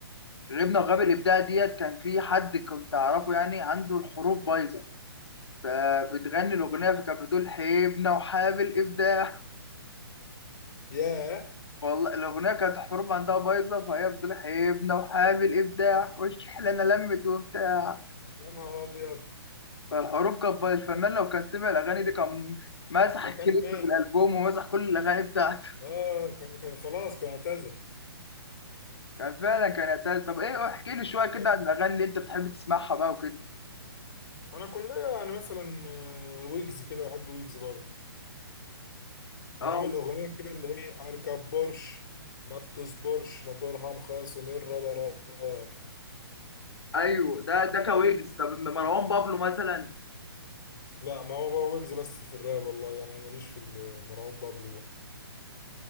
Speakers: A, on the left; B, on the left.
A: غبنا وغاب الابداع ديت كان في حد كنت اعرفه يعني عنده الحروف بايظه فبتغني الاغنيه فكانت بتقول حبنا وحاب الابداع
B: يا
A: والله الأغنية كانت الحروف عندها بايظة فهي بتقول حبنا وحابب الإبداع والشحلة أنا لمت وبتاع
B: يا نهار ابيض
A: فالحروف كانت بايظة الفنان لو كان سمع الأغاني دي كان مسح
B: ده
A: الكليب
B: كان مات
A: في الألبوم ومسح كل الأغاني بتاعته
B: اه كان كان خلاص كان اعتزل
A: كان فعلا كان يعتز طب إيه احكي لي شوية كده
B: طب
A: عن الأغاني اللي أنت بتحب تسمعها بقى وكده
B: انا كلنا يعني مثلا آه، ويجز كده بحب ويجز برضه كان
A: اه
B: عامل اغنيه كده اللي هي اركب بورش ما بتصبرش موتورها مخاصم الرادارات
A: ايوه ده
B: عارف
A: ده
B: الاغنيه
A: كويجز
B: دي
A: طب أما مروان بابلو مثلا
B: لا ما هو بقى ويجز بس في الراب والله يعني ماليش في ال- مروان بابلو ده